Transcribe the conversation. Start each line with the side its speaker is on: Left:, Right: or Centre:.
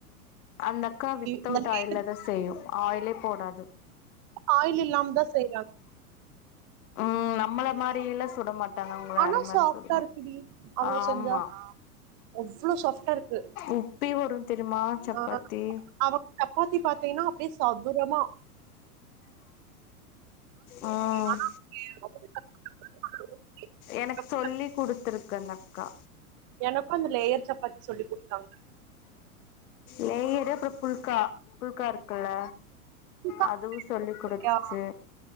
Left: அந்த அக்கா வித்தவுட்
Right: இந்த நேரத்துக்கு
Left: ஆயில்ல தா செய்யு ஆயிலே போடாது
Right: ஆயில் இல்லாம தா செய்றாங்
Left: உம் நம்மள மாரியில்லா சுட மாட்டாங்க அவங்க
Right: ஆனா
Left: வேற மாரி
Right: சாஃப்டா
Left: சுடுவாங்க
Right: இருக்குடி அவுங்க
Left: ஆமா
Right: செஞ்சா எவ்ளோ சாஃப்டா இருக்கு
Left: உப்பி வரு தெரியுமா சப்பாத்தி
Right: ஆஹ் ஆஹ் அவுங் சப்பாத்தி பாத்தீங்கன்னா அப்டியே சதுரம்மா
Left: உம்
Right: ஆனா அப்படியே டக்கு டக்குன்னு பண்ணவும் முடியாது.
Left: எனக்கு
Right: டக்கு
Left: சொல்லி குடுத்துருக்கு அந்த அக்கா
Right: எனக்கு அந்த லேயர் சப்பாத்தி சொல்லி குடுத்தாங்
Left: லேயரு அப்புற புல்கா புல்கா இருக் க்குள்ள
Right: இருக்கா
Left: அதுவு சொல்லி குடுத்துச்சு
Right: இல்லையா?